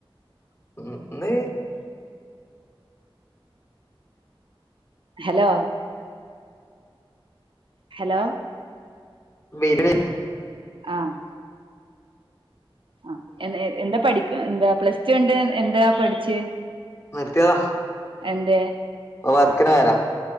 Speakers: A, on the left; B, on the right.
A: ഉം ഇന്ന്
B: ഹലോ ഹലോ
A: മീൻകറി
B: ആഹ് ആ എന്താ പഠിക്ക് എന്താ പ്ലസ് ടു കഴിഞ്ഞിട്ട് എന്താ പഠിച്ച്
A: നിർത്തിയതാ,
B: എന്തേ
A: വർക്കിന് വരാ